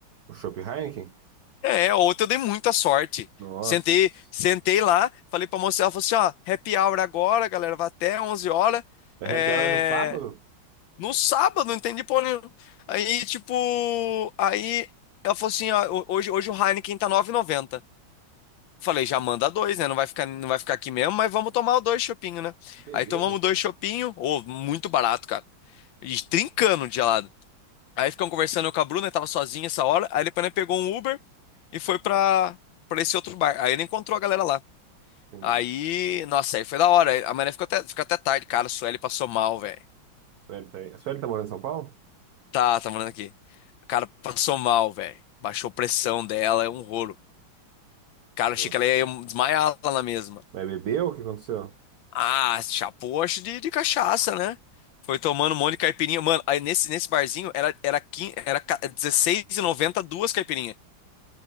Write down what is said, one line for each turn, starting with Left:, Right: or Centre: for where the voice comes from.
Right: O chopp Heineken?
Left: É, outra eu dei muita sorte.
Right: Nossa.
Left: Sentei, sentei lá, falei pra moça, ela falou assim, ó, happy hour agora, galera, vai até 11 horas.
Right: É
Left: É...
Right: happy hour no sábado?
Left: No sábado, não entendi porra nenhuma. Aí, tipo, aí ela falou assim, ó, ho- hoje, hoje o Heineken tá nove e noventa. Falei, já manda dois, né? Não vai ficar, não vai ficar aqui mesmo, mas vamos tomar dois chopinhos, né?
Right: Beleza,
Left: Aí tomamos
Right: cara.
Left: dois chopinhos, ou muito barato, cara. E trincando de gelado. Aí ficamos conversando eu com a Bruna, que tava sozinha essa hora. Aí depois ele pegou um Uber e foi pra, pra esse outro bar. Aí ele encontrou a galera lá.
Right: Tem...
Left: Aí, nossa, aí foi da hora. Aí A mané ficou até, ficou até tarde, cara. A Sueli passou mal, velho.
Right: Sueli tá aí. A Sueli tá morando em São Paulo?
Left: Tá, tá morando aqui. O cara passou mal, velho. Baixou a pressão dela, é um rolo. Cara,
Right: Nossa.
Left: achei que ela ia desmaiar lá na mesma.
Right: Mas bebeu? O que aconteceu?
Left: Ah, chapou, acho de, de cachaça, né? Foi tomando um monte de caipirinha. Mano, aí nesse, nesse barzinho era, era, 15, era ca- dezesseis e noventa duas caipirinhas.